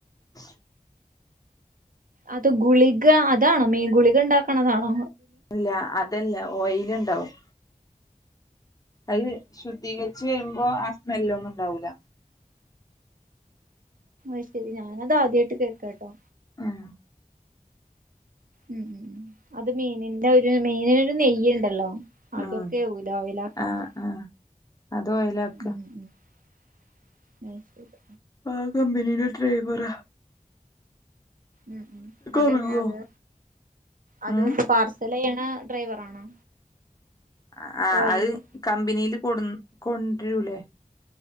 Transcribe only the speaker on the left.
ച്ച്
ഇല്ല അ ഇതല്ല, ഓയില് ഇണ്ടാവും. അത് ശുദ്ധീകരിച്ച് പ്പോ ആ സ്മെല്ലൊന്നും ഇണ്ടാവുല്ല.
ഉം.
ആഹ്
ആഹ് ആഹ് അത് ഓയിലാക്ക
അഹ്, കമ്പിനിയില്ലേ ഡ്രൈവറ.
ഒറങ്ങോ
ഉം
ആ ആഹ്
അത് കമ്പനിയിൽ കൊടു കൊണ്ടുരൂല്ലേ.